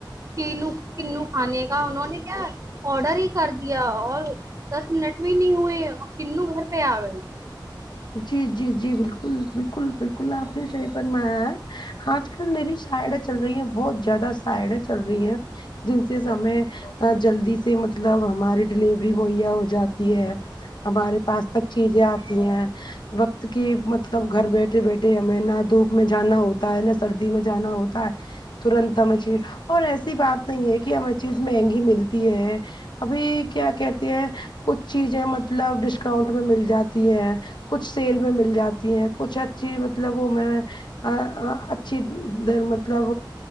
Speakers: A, on the right; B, on the left.
A: کینو کنوں کھانے کا انہوں نے کیا آڈر ہی کر دیا اور دس منٹ میں نہیں ہوئے کنوں گھر پہ آ گئی
B: جی جی جی بالکل بالکل بالکل آپ نے صحیح فر مایا ہے آج کل میری سائیڈ یں چل رہی ہیں بہت زیادہ سائیڈ یں چل رہی ہیں جن سیس ہمیں جلدی سے مطلب ہماری ڈیلیوری مہیا ہو جاتی ہے ہمارے پاس تک چیزیں آتی ہیں وقت کی مطلب گھر بیٹھے بیٹھے ہمیں نہ دھوپ میں جانا ہوتا ہے نہ سردی میں جانا ہوتا ہے ترنت ہمیں چین اور ایسی بات نہیں ہے کہ ہمیں چیز مہنگی ملتی ہے ابھی کیا کہتے ہیں کچھ چیزیں مطلب ڈسکاؤنٹ میں مل جاتی ہے کچھ سیل میں مل جاتی ہیں کچھ اچھی مطلب وہ میں ا ا اچھی در مطلب